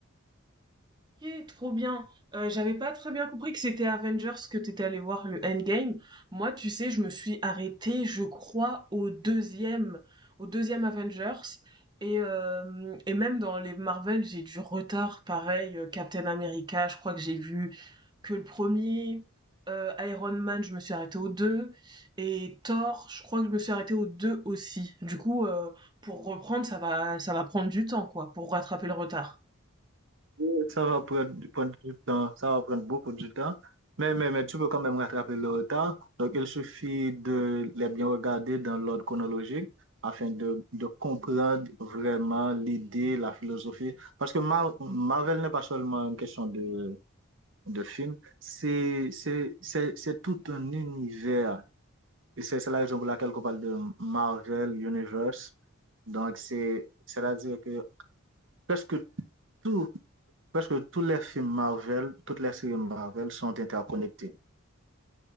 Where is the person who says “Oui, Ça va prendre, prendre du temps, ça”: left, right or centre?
Right